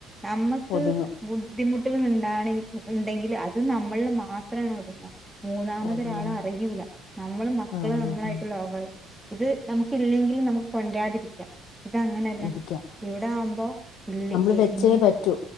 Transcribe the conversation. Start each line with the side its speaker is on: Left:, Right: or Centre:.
Centre: നമ്മുക്ക്
Left: ഒതുങ്ങും
Centre: ബുദ്ധിമുട്ടി ട്ടുകൾ ഇണ്ടാവാണെങ്കി ഇണ്ടെങ്കിൽ അത് നമ്മളിൽ മാത്രാണ് ഒതുങ്ങ മൂന്നാമതൊരാളറിയൂല്ല
Left: ഒതുങ്ങുന്ന
Centre: നമ്മളും മക്കള്
Left: ആഹ്
Centre: നമ്മളായിട്ട്
Left: ആഹ് ആഹ്
Centre: ലോകായി ഇത് നമുക്ക് ഇല്ലെങ്കിലും നമുക്ക് കൊണ്ടരാതിരിക്കാം ഇത അങ്ങനെയല്ല
Left: ഇരിക്കാം
Centre: ഇവിടെ ആവുമ്പോ ഇല്ലെ
Left: നമ്മള് വെച്ചേ
Centre: ഉള്ളു
Left: പറ്റൂ